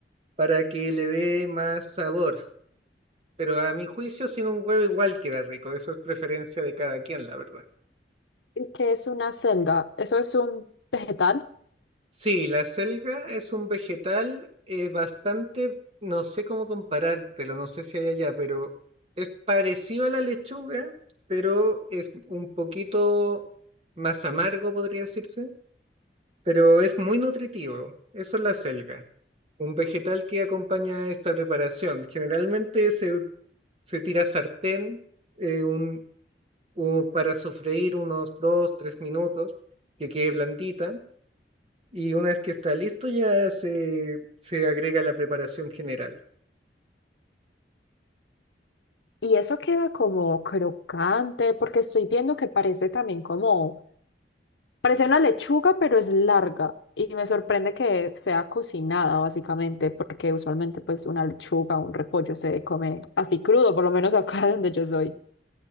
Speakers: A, on the right; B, on the left.
A: para que le dé más sabor. Pero a mi juicio, sin un huevo igual queda rico. Eso es preferencia de cada quien, la verdad.
B: ¿Y qué es una selga? Eso es un vegetal.
A: Sí, la selga es un vegetal eh, bastante, no sé cómo comparártelo, no sé si hay allá, pero es parecido a la lechuga, pero es un poquito más amargo, podría decirse, pero es muy nutritivo. Eso es la selga, un vegetal que acompaña esta preparación. Generalmente se, se tira a sartén eh, un, u- para sofreír unos dos, tres minutos, que quede blandita y una vez que está listo, ya se, se agrega la preparación general.
B: Y eso queda como crocante, porque estoy viendo que parece también como, parece una lechuga, pero es larga. Y me sorprende que sea cocinada, básicamente, porque usualmente pues una lechuga, un repollo se come así crudo, por lo menos acá <laughs> donde yo soy.